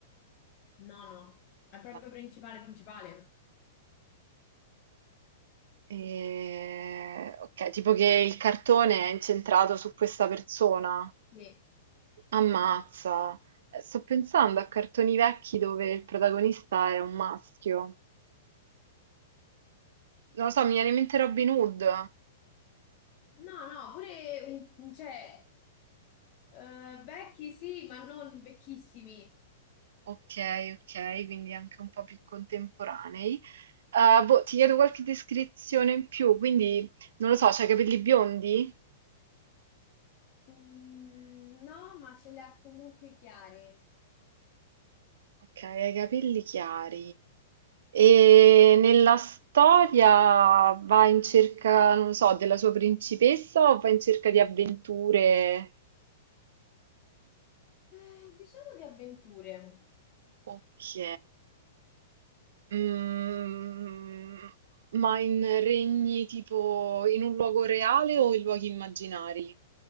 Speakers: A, on the left; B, on the right.
A: No, no. È proprio
B: No.
A: principale, principale.
B: Eh, ok, tipo che il cartone è incentrato su questa persona.
A: Sì.
B: Ammazza. Eh, Sto pensando a cartoni vecchi dove il protagonista è un maschio. Non lo so, mi viene in mente Robin Hood.
A: No, no, pure, un- cioè, eh, vecchi sì, ma non vecchissimi.
B: Ok, ok, quindi anche un po' più contemporanei. Eh, boh, ti chiedo qualche descrizione in più, quindi non lo so, c'hai i capelli biondi?
A: Mm, no, ma ce li ha comunque chiari.
B: Ok, hai i capelli chiari. E nella storia va in cerca, non so, della sua principessa o va in cerca di avventure?
A: Eh, diciamo di avventure.
B: Ok. Mm, ma in regni tipo in un luogo reale o in luoghi immaginari?